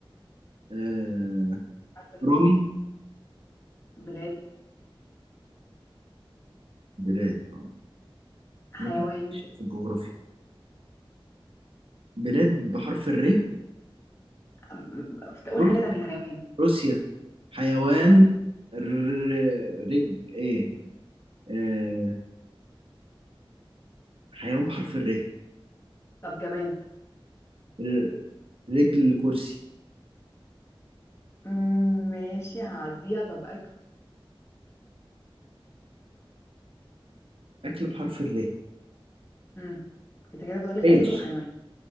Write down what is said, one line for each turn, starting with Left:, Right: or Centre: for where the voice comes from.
Right: آه
Left: حرف الراء
Right: رامي
Left: بلاد
Right: بلاد اه
Left: حيوان
Right: أنا كده ماشي في الجغرافيا بلاد بحرف الر
Left: أم- تقول
Right: روسيا
Left: حاجة تانية حيوان
Right: روسيا حيوان
Left: راء.
Right: ر- رج ايه آه حيوان بحرف الر
Left: طب جماد
Right: ر- رجل كرسي
Left: مم، ماشي هعديها طب أكل
Right: اكل بحرف الر
Left: مم. انت كده فاضلك
Right: ايش
Left: أكل وحيوان